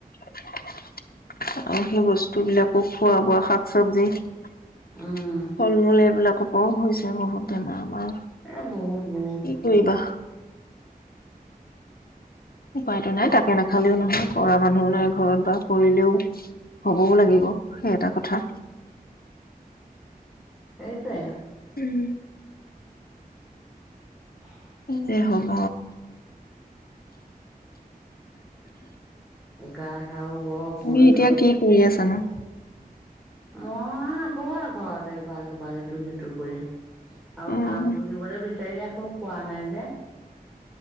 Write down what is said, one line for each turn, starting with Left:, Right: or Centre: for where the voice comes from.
Left: আৰু সেই বস্তুবিলাকো খোৱা বোৱা শাক চবজি ফল
Centre: উম
Left: মূল এইবিলাক <unintelligible> হৈছে বহুত আমাৰ
Centre: এ বহুত বহুত।
Left: কি কৰিবা উপায়টো নাই তাকে নাখালেও নহয় কৰা মানুহ নাই ঘৰত বা কৰিলেও হবও লাগিব। সেই এটা কথা।
Centre: এইটোৱে।
Left: উম।
Centre: <inaudible>
Left: কি যে হব!
Centre: <unintelligible> অসুস্থ
Left: তুমি এতিয়া কি কৰি আছানো?
Centre: মই আছোঁ ঘৰত এফাল হিফল ইটো সিটো কৰি। আৰু
Left: উম
Centre: কাম বুজিবলৈ বেছি <unintelligible> সমূহ পোৱা নাই যে।